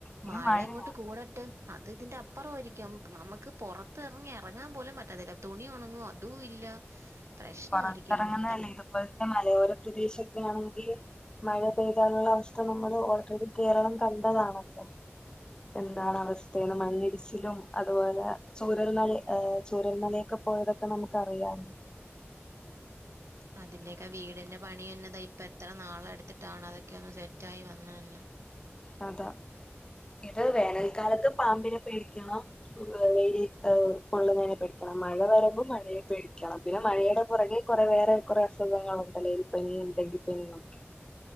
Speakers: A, on the left (about 20°); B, on the right (about 90°).
A: ഇനി
B: മഴ
A: മഴയാ
B: ഇങ്ങോട്ട് കൂടട്ട് അത് ഇതിന്റെ അപ്പുറാരിക്കും നമുക്ക് പുറത്ത് ഇറങ്ങി എറങ്ങാൻ പോലും പറ്റാത്തില്ല തുണി ഉണങ്ങുവ അതും ഇല്ല പ്രശ്നമായിരിക്കും
A: പുറത്തിറങ്ങുന്നതല്ലേ
B: ഇനി മൊത്തം
A: ഇതുപോൽത്തെ മലയോര പ്രദേശൊക്കെ ആണെങ്കിൽ മഴ പെയ്താനുള്ള അവസ്ഥ നമ്മള് ഓൾറെഡി കേരളം കണ്ടതാണല്ലോ എന്താണ് അവസ്ഥ തേണ് മഞ്ഞിടിച്ചിലും അ അതുപോലെ ചൂരൽമല ഏ ചൂരൽമലയൊക്കെ പോയതൊക്കെ നമുക്ക് അറിയാല്ലോ
B: അതിന്റെക്കെ വീടന്ന പണി തന്നെത ഇപ്പ എത്ര നാള എടുത്തിട്ടാണ് അതൊക്കെ ഒന്ന് സെറ്റായി വന്നന്നെ
A: അതാ ഇത് വേനൽക്കാലത്ത് പാമ്പിനെ പേടിക്കണം വെ വെയില് എ പൊള്ളുന്നതിനെ പേടിക്കണം മഴ വരുമ്പോൾ മഴയെ പേടിക്കണം പിന്നെ മഴയുടെ പുറകെ കുറെ വേറെ കുറെ അസുഖങ്ങളുണ്ടല്ലൊ എലിപ്പനിയും ടെങ്കിപ്പനിയും